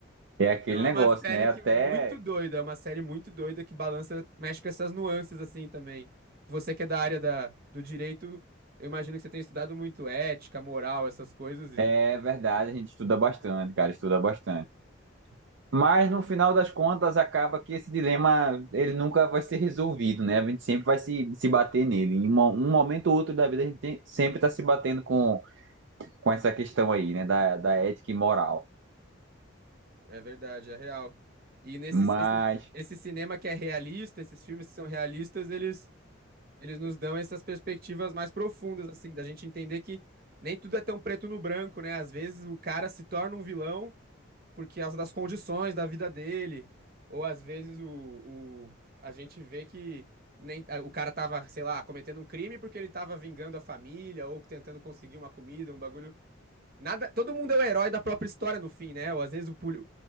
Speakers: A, on the right; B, on the right.
A: É aquele
B: Então é
A: negócio,
B: uma série
A: né?
B: que
A: Até
B: muito doida, é uma série muito doida que balança, mexe com essas nuances assim também. Que Você que é da área da, do direito, eu imagino que você tem estudado muito ética, moral, essas coisas e
A: é verdade, a gente estuda bastante, cara, estuda bastante. Mas no final das contas, acaba que esse dilema ele nunca vai ser resolvido, né? A gente sempre vai se, se bater nele. Em uma- um momento ou outro da vida, a gente tem- sempre está se batendo com com essa questão aí, né, da, da ética e moral.
B: é verdade, é real. E nesse
A: Mas,
B: esse, esse cinema que é realista, esses filmes que são realistas, eles eles nos dão essas perspectivas mais profundas assim, da gente entender que nem tudo é tão preto no branco, né? Às vezes o cara se torna um vilão por causa das condições da vida dele, ou às vezes o, o- a gente vê que nem, a- o cara tava, sei lá, cometendo um crime porque ele tava vingando a família ou tentando conseguir uma comida, um bagulho. Nada, todo mundo é o herói da própria história no fim, né? Ou às vezes o, poli-